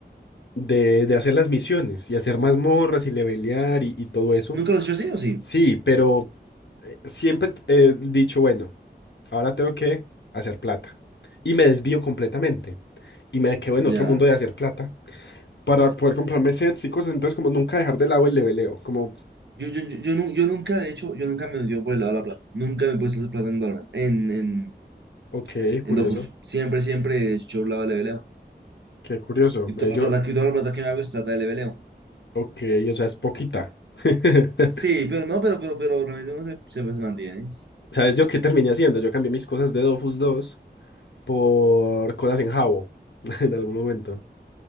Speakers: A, on the left; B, on the right.
A: de, de hacer las misiones y hacer mazmorras y levelear y, y todo eso.
B: ¿Nunca lo has hecho así o sí?
A: Sí, pero eh, siempre he dicho, bueno, ahora tengo que hacer plata. Y me desvío completamente. Y me quedo en
B: Ya.
A: otro mundo de hacer plata para poder comprarme sets y cosas. Entonces, como nunca dejar de lado el leveleo. Como,
B: Yo, yo, yo, yo nu- yo nunca, de hecho, yo nunca me he metido por el lado de la plata. Nunca me he puesto a hacer plata en Valorant, en, en,
A: ok, curioso.
B: en Dofus. Siempre, siempre yo la de leveleo.
A: Qué curioso.
B: Y
A: Ve,
B: toda
A: yo,
B: la plata, que- toda la plata que me hago es plata de leveleo.
A: ok, o sea, es poquita. <laughs>
B: Sí, pero no, pero, pero, pero realmente uno se, se, se mantiene. ¿eh?
A: ¿Sabes yo qué terminé haciendo? Yo cambié mis cosas de Dofus dos. por cosas en jabo <laughs> en algún momento.